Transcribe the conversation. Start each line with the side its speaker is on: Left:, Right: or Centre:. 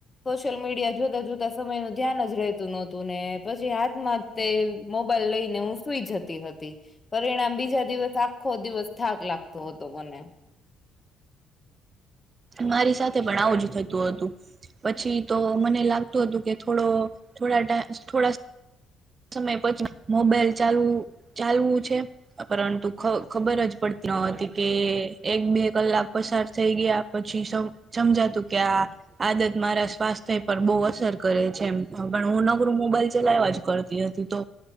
Left: સોશિયલ મીડિયા જોતા જોતા સમય નું ધ્યાનજ રહેતું નહોતું ને પછી હાથમાં તે મોબાઈલ લઈને હું સુઈ જત તી હતી પરિણામ બીજા દિવસ આખો દિવસ થાક લાગતો હતો મને.
Right: મારી સાથે પણ આવું જ થતું હતું. પછી તો મને લાગતું હતું કે થોડો થોડા <unintelligible> થોડા સમય <unintelligible> મોબાઈલ ચાલું ચાલવું છે. પરંતુ ખ ખબરજ પડતી ન હતી કે એક બે કલાક પસાર થઈ ગયા. પછી સમ સમજાતું કે આ આદત મારા સ્વાસ્થ્ય પર બોઉ અસર કરે છે એમ પણ હું નકરું મોબાઈલ ચલાવવા જ કર કેહતી તો